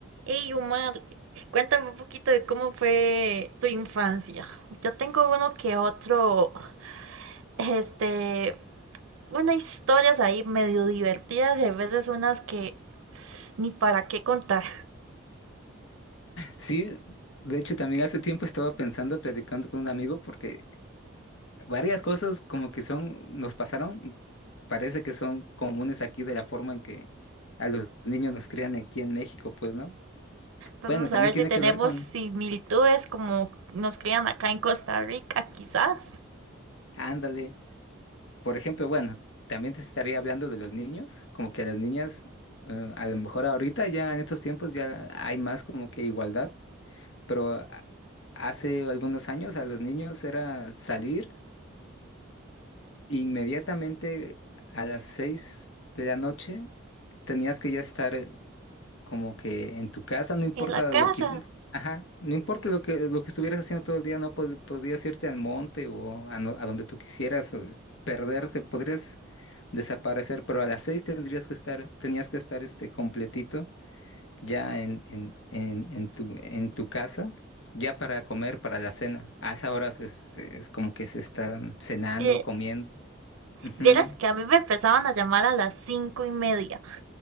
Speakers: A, on the right; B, on the left.
A: Hey, Omar, cuéntame un poquito de cómo fue tu infancia. Yo tengo uno que otro, este, unas historias ahí medio divertidas y a veces unas que ni para qué contar.
B: Sí, de hecho también hace tiempo estaba pensando, platicando con un amigo, porque varias cosas como que son, nos pasaron y parece que son comunes aquí de la forma en que a los niños nos crían aquí en México, pues, ¿no?
A: Vamos
B: Bueno, también
A: a ver si
B: tiene
A: tenemos
B: que ver con,
A: similitudes como nos crían acá en Costa Rica, quizás,
B: ándale, por ejemplo, bueno, también te estaría hablando de los niños, como que a las niñas, eh, a lo mejor ahorita ya en estos tiempos ya hay más como que igualdad, pero a- hace algunos años a los niños era salir. Inmediatamente a las 6 de la noche tenías que ya estar como que en tu casa, no importa
A: en la casa.
B: lo que, hici- ajá, no importa lo que, lo que estuvieras haciendo todo el día, no pod- podías irte al monte o a, no- a donde tú quisieras, o perderte, podrías desaparecer, pero a las 6 tendrías que estar, tenías que estar este completito ya en, en, en, en tu, en tu casa. Ya para comer, para la cena. A esa hora es, es como que se están cenando,
A: Sí,
B: comiendo. Ujú.
A: Vieras que a mí me empezaban a llamar a las cinco y media.